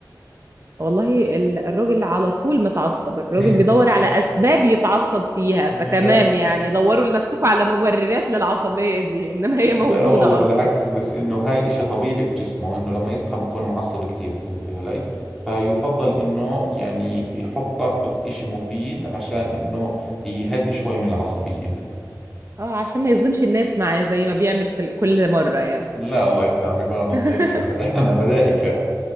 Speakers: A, on the right; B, in the centre.
A: والله ال- الراجل على طول متعصب الراجل
B: <laughs>
A: بيدور على اسباب يتعصب فيها
B: لا
A: فتمام يعني دوروا لنفسكم على مبررات للعصبية دي انما هي موجودة
B: لا والله بالعكس
A: اصلا
B: بس انه هاي اشي طبيعي في جسمه انه لما يصحى بكون معصب كثير فهمتي علي فيفضل انه يعني يحط طاقته في اشي مفيد عشان انه يهدي شوي من العصبية هاي
A: اه عشان ما يظلمش الناس معاه زي ما بيعمل في ال- كل مرة يعني
B: لا الله يسامحك ما بنظلمش
A: <laughs>
B: حدا <laughs> احنا ملائكة